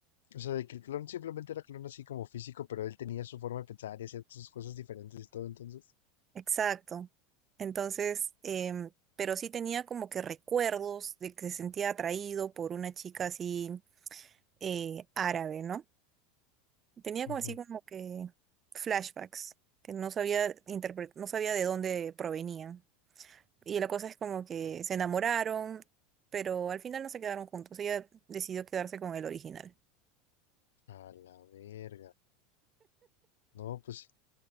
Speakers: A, on the left (about 80°); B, on the right (about 35°).
A: O sea, de que el clon simplemente era clon así como físico, pero él tenía su forma de pensar y hacía sus cosas diferentes y todo, entonces.
B: Exacto. Entonces, em, pero sí tenía como que recuerdos de que se sentía atraído por una chica así eh, árabe, ¿no? Tenía
A: ujú.
B: como así como que flashbacks que no sabía interpre- no sabía de dónde provenían. Y la cosa es como que se enamoraron, pero al final no se quedaron juntos. Ella decidió quedarse con el original.
A: A la verga. No, pues,